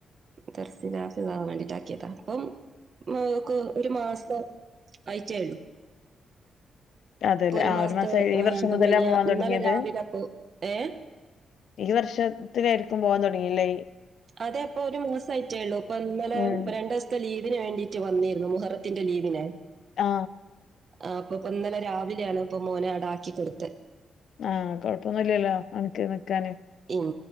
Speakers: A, on the right; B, on the left.
A: ദർസില് ഹാഫിളാവാൻ വേണ്ടിയിണ്ട് ആക്കിയതാ അപ്പം <unintelligible> ഒരു മാസം അയിട്ടേയുള്ളു
B: അതെല്ലേ
A: ഇപ്പൊ ഒരു
B: ആ
A: മാസത്തെ
B: മാസായി ഈ
A: അ
B: വർഷം മുതലാ
A: മിനിയാ
B: പോവാൻ
A: ഇന്നലെ
B: തുടങ്ങിയത്
A: രാവിലെ അപ്പോ ഏ
B: ഈ വർഷത്തില് ആയിരിക്കും പോവാൻ തുടങ്ങിയത് അല്ലേ
A: അതെ ഇപ്പൊ ഒരു മാസം ആയിട്ടേള്ളൂ ഇപ്പം ഇന്നലെ
B: ഉം
A: രണ്ട് ദിവസത്തെ ലീ വിന് വേണ്ടീട്ട് വന്നതായിരുന്നു മുഹറത്തിന്റെ ലീവിന്
B: ആ
A: ആ അപ്പൊ ഇപ്പം ഇന്നലെ രാവിലെയാണ് ഇപ്പം മോന അവിടാക്കി കൊടുത്തെ
B: ആഹ് കൊഴപ്പൊന്നുല്ലല്ലോ അനക്ക് നിക്കാന്
A: ഉം